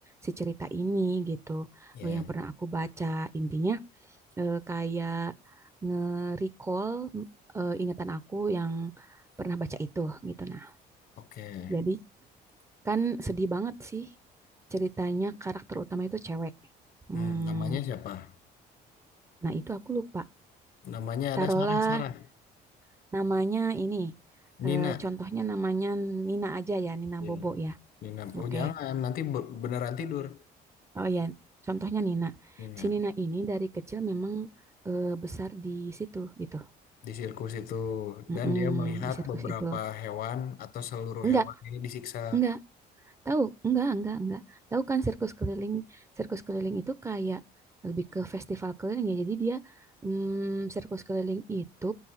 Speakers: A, on the right (about 15°); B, on the left (about 60°).
A: si cerita ini gitu,
B: Ya,
A: eh, yang pernah aku baca. Intinya eh, kayak nge-recall eh, ingatan aku yang pernah baca itu gitu. Nah,
B: oke.
A: Jadi kan sedih banget sih ceritanya karakter utama itu cewek. Hmm,
B: Hmm, namanya siapa?
A: nah itu aku lupa.
B: Namanya
A: Taruhlah
B: ada Sarah Sarah.
A: namanya ini,
B: Nina.
A: eh, contohnya namanya Nina aja ya, Nina
B: Iya,
A: Bobo ya.
B: Nina. Oh,
A: Oke.
B: jangan, nanti be- beneran tidur.
A: Oh ya, contohnya Nina.
B: Nina
A: Si Nina ini dari kecil memang eh, besar di situ gitu.
B: di sirkus itu
A: Mm-mm,
B: dan dia melihat
A: di sirkus
B: beberapa
A: itu.
B: hewan atau seluruh
A: Enggak,
B: hewan ini disiksa.
A: enggak. Tahu? Enggak, enggak, enggak. Tahu kan sirkus keliling? Sirkus keliling itu kayak lebih ke festival keliling ya. Jadi dia mm, sirkus keliling itu